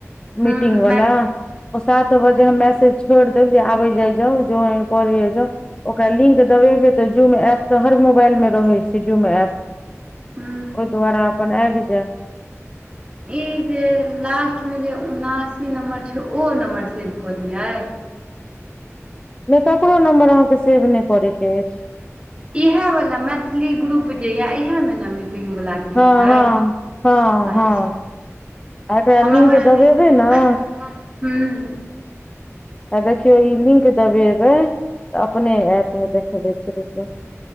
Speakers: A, on the right (about 20°); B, on the left (about 20°).
A: ह्म
B: मीटिंग वला
A: मै
B: ओ सात बजे हम मैसेज छोड़ देब जे आबै जाई जाउ ज्वाइन करई जाउ जाउ ओकरा लिंक दबेबे तऽ जूम एप तऽ हर मोबाइल मे रहै छैय जूम एप
A: ह्म
B: ओहि दुआरा अपन आबि जेऽ
A: ई जे लास्टमे जे उनासी नम्बर छैय ओ नम्बर सेव कऽ दियै
B: नहि ककरो नम्बर अहाँके सेव नहि करय के अछि
A: इहे वाला मैथिली ग्रुप जे य इहे मे ने मीटिंग वाला अथी
B: हँ
A: एतै
B: हँ हँ
A: अच्छा
B: हँ एकरा
A: हमरा
B: लिंक
A: होइ छलै
B: दबेबै
A: ह्म
B: ने आ
A: ह्म
B: देखियौ ई लिंक दबेबै त अपने
A: हमरा
B: ऐत हैया देखबै छि देखियऊ